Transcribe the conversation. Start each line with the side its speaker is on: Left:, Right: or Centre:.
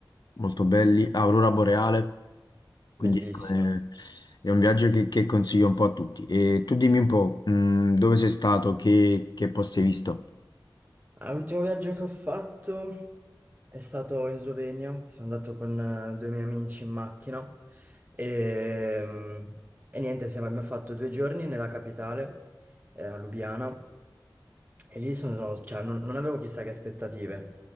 Left: molto belli, Aurora Boreale. Quindi
Right: Bellissimo.
Left: ecco, è, è un viaggio che, che consiglio un po' a tutti. E tu dimmi un po', mh, dove sei stato, che, che posti hai visto?
Right: Ah, L'ultimo viaggio che ho fatto è stato in Slovenia. Sono andato con eh, due miei amici in macchina e, mm, e niente, siamo- abbiamo fatto due giorni nella capitale, eh, a Lubiana. E lì sono, cioè, non, non avevo chissà che aspettative,